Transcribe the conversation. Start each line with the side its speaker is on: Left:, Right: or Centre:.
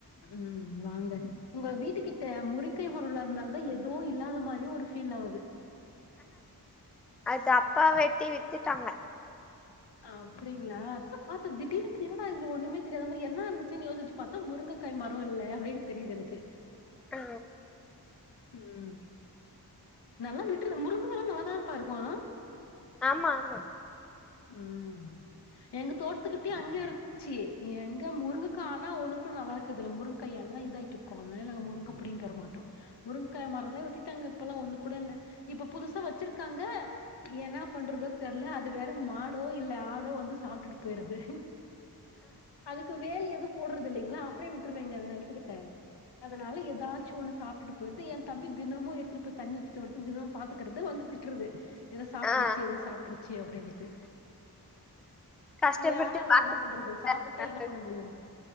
Left: ம் வாங்க உங்க வீட்டுக்கிட்ட முறுங்கை மாரோ இல்லாதனாலதா எதோ இல்லாத மாரி தே ஒரு பீல் ஆவுது
Centre: அது அப்பா வெட்டிவிட்டுடாங்க
Left: அப்டிங்களா அத பாத்தா திடீர்னு என்னடா இதுல ஒண்ணுமே தெரியாத மாரி என்னா இருந்துச்சு யோசிச்சு பாத்தா முருங்கக்காய் மரோ இல்ல அப்டினு தெரிது எனக்கு
Centre: ஆ
Left: ம் நல்லா விட்டுறு முருங்கக்காலா நல்லாதானப்பா இருக்கோ
Centre: ஆமா ஆமா
Left: ம் எங்க தோட்டத்துக்கிட்டியே அங்கியூ இருக்கு சீ எங்க முருங்கக்கா ஆனா ஒன்னு கூட நல்லா இருக்குதுல்ல முருங்கக்கா எல்லா இதாயிட்டு இருக்கு அதனால நாங்க முருங்கா புடிங்கிட்டு வரமாட்டோ முருங்கா மரோலா வெட்டிட்டாங்க இப்பல்லா ஒண்ணு கூட இல்ல இப்ப புதுசா வெச்சிருக்காங்க ஏனா பண்றது தெரில அது வேற மடோ இல்ல ஆடோ வந்து சாப்ட்டு போயிருது அதுக்கு வேலி எது போடுறது இல்லைங்களா அப்படியே விட்டுறீங்க அந்த நெலத்துக்கிட்ட அதனால ஏதாச்சு ஒன்னு சாப்டுட்டு போயிது எ தம்பி தினமோ எடுத்துடு போய் தண்ணி ஊத்திட்டு வருது தினோ பாத்துக்கறது வந்து திட்றது இத சாப்புட்டுருச்சு
Centre: ஆ
Left: இத சாப்புட்டுருச்சு அப்டினிட்டு
Centre: கஷ்டப்பட்டு
Left: யாரால
Centre: பாத்துக்கறாங்க
Left: என்ன பண்றது சாப்புட்டா என்ன பண்ண முடியோ